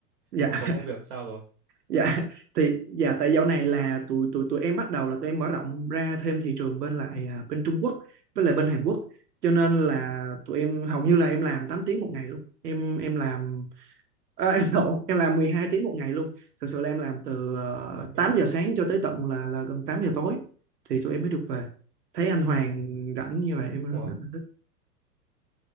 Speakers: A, on the right (about 75°); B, on the right (about 55°).
A: Dạ.
B: Cuộc sống công việc sao rồi?
A: dạ thì dạ tại dạo này là tụi tụi tụi em bắt đầu là tụi em mở rộng ra thêm thị trường bên lại à, bên Trung Quốc với lại bên Hàn Quốc cho nên là tụi em hầu như là em làm 8 tiếng một ngày luôn em em làm à, <laughs> em lộn em làm 12 tiếng một ngày luôn thực sự là em làm từ ờ,
B: Ok.
A: 8 giờ sáng cho tới tận là là gần 8 giờ tối thì tụi em mới được về thấy anh Hoàng
B: Ừ.
A: rảnh như vậy em rất
B: Wow.
A: là thích